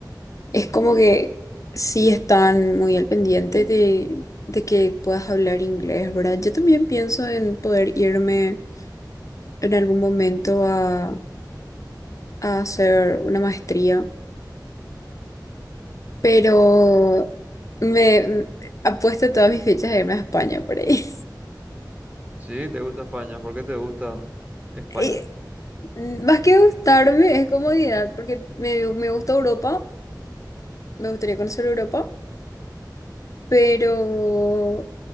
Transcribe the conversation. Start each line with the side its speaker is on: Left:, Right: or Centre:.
Left: es como que sí están muy al pendiente de, de que puedas hablar inglés, ¿verdad? Yo también pienso en poder irme en algún momento a, a hacer una maestría. pero me m- apuesto todas mis fichas a irme a España por ahí.
Right: Sí, te gusta España, ¿por qué te gusta
Left: <laughs>
Right: España?
Left: Y más que gustarme, es comodidad, porque me, me gusta Europa, me gustaría conocer Europa, pero